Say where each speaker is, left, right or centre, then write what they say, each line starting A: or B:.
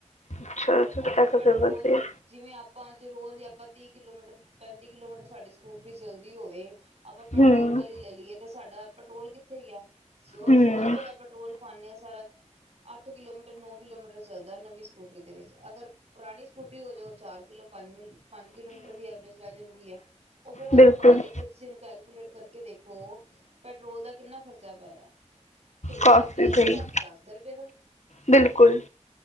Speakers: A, on the left; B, on the right.
A: ਅੱਛਾ ਅੱਛਾ
B: ਅਤੇ ਪੈਟਰੋਲ
A: ਫਿਰ ਵਧੀਆ
B: ਜਿਵੇਂ ਆਪਾਂ ਜ ਰੋਜ਼ ਆਪਾਂ ਤੀਹ ਕਿਲੋਮੀਟਰ ਪੈਂਤੀ ਕਿਲੋਮੀਟਰ ਸਾਡੇ ਸਕੂਟਰ ਚਲਦੀ ਹੋਵੇ ਆਪਾਂ ਪੈਟਰੋਲ
A: ਹਮ
B: ਵਾਲੀ ਲੈ ਲਈਏ ਤੇ ਸਾਡਾ ਪੈਟਰੋਲ ਕਿੱਥੇ ਗਿਆ ਸ
A: ਹਮ
B: ਸੌ ਰੁਪਏ ਦਾ ਪੈਟਰੋਲ ਪਾਉਂਦੇ ਹਾਂ ਸਾਰਾ ਅੱਠ ਕਿਲੋਮੀਟਰ ਨੌ ਕਿਲੋਮੀਟਰ ਚੱਲਦਾ ਦ ਨਵਬੀ ਸਕੂਟਰੀ ਦੇ ਵਿੱਚ ਅਗਰ ਪੁਰਾਣੀ ਸਕੂਟੀ ਹੋ ਜਾਵੇ ਚਾਰ ਕਿੱਲੋ ਪੰਜ ਮੱਲ ਪੰਜ ਕਿਲੋਮੀਟਰ ਦੀ ਐਵਰੇਜ ਰਹਿ ਜਾਂਦੀ ਹੈ ਉਹ ਫੇਿਰ ਤੁਹਾਨੂੰ
A: ਬਿਲਕੁਲ
B: ਪਤਾ ਦੇਖੋ ਤੁਸੀਂ ਇਹਨੂੰ ਕੈਲਕੂਲੇਟ ਕਰਕੇ ਦੇਖੋ ਪੈਟਰੋਲ ਦਾ ਕਿੰਨਾ ਖਰਚਾ ਪੈ ਰਿਹਾ ਤੇ ਹੋਰ
A: ਕਾਫੀ
B: ਬਿਜਲੀ
A: ਬਈ
B: ਦਾ ਦਸ ਰੁਪਏ ਦਾ
A: ਬਿਲਕੁਲ